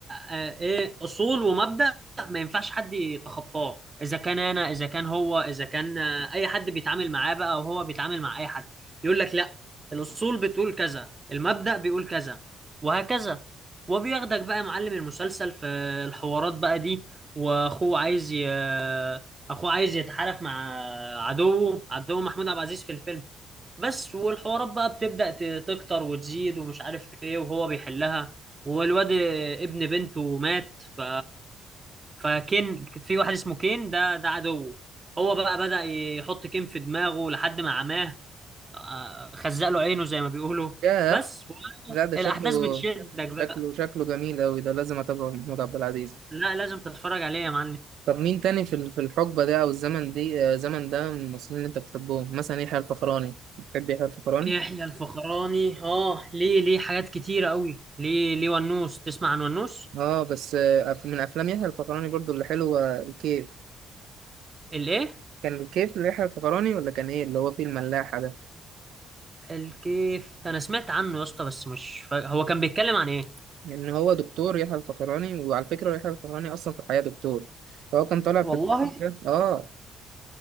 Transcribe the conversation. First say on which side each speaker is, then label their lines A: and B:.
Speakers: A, on the right; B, on the right.
A: آه، ايه اصول ومبدأ ما ينفعش حد يتخطاه اذا كان انا اذا كان هو اذا كان آه، اي حد بيتعامل معاه بقى او هو بيتعامل مع اي حد يقول لك لا الاصول بتقول كذا المبدأ بيقول كذا وهكذا وبياخدك بقى يا معلم المسلسل في الحوارات بقى دي واخوه عايز ي... اخوه عايز يتحالف مع عدوه عدو محمود عبد العزيز في الفيلم بس والحوارات بقى بتبدأ ت- تكتر وتزيد ومش عارف ايه وهو بيحلها والواد ابن بنته مات ف فكين في واحد اسمه كين ده ده عدو هو بقى بدأ يحط كين في دماغه لحد ما عماه آه، خزق له عينه زي ما بيقولوا
B: ياه
A: بس
B: لا ده
A: الأحداث
B: شكله
A: بتشدك بقى
B: شكله شكله جميل أوي ده لازم أتابعه محمود عبد العزيز
A: لا لازم تتفرج عليه يا معلم
B: طب مين تاني في ال- في الحقبة ده أو الزمن دي آه، الزمن ده من الممثلين اللي أنت بتحبهم مثلا يحيى الفخراني بتحب يحيى الفخراني؟
A: يحيى الفخراني اه ليه ليه حاجات كتيرة قوي ليه ليه ونوس تسمع عن ونوس
B: أه بس آه، أف- من أفلام يحيى الفخراني برضو اللي حلوة الكيف
A: الايه
B: كان الكيف ليحيى الفخراني ولا كان إيه اللي هو فيه الملاحة ده؟
A: الكيف انا سمعت عنه يا اسطى بس مش فا... هو كان بيتكلم عن ايه
B: لأن هو دكتور يحيى الفخراني وعلى فكرة يحيى الفخراني أصلا في الحياة دكتور فهو كان طالع
A: والله
B: في الفيلم ده أه